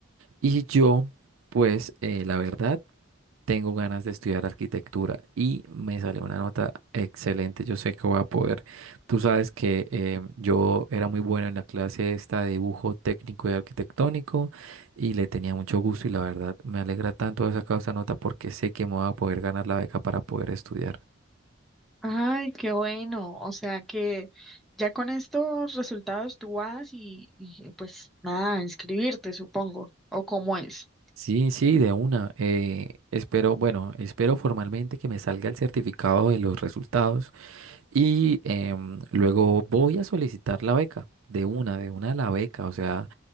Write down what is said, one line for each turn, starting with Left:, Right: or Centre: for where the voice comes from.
Right: Y yo, pues, eh, la verdad tengo ganas de estudiar arquitectura y me sale una nota excelente. Yo sé que voy a poder. Tú sabes que eh, yo era muy bueno en la clase esta de dibujo técnico y arquitectónico y le tenía mucho gusto y la verdad me alegra tanto haber sacado esa nota porque sé que me voy a poder ganar la beca para poder estudiar.
Centre: Ay, qué bueno. O sea que ya con estos resultados tú vas y, y, pues nada, inscribirte, supongo, o cómo es.
Right: Sí, sí, de una. eh, espero, bueno, espero formalmente que me salga el certificado de los resultados. Y em, luego voy a solicitar la beca, de una, de una la beca. O sea,